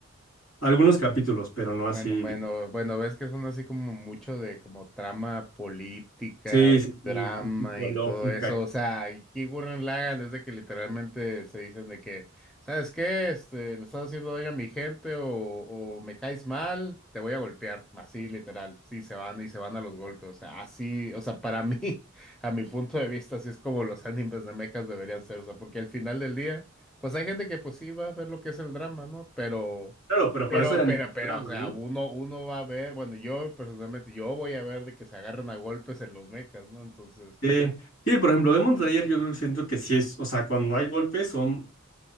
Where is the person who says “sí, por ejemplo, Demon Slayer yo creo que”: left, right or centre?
Left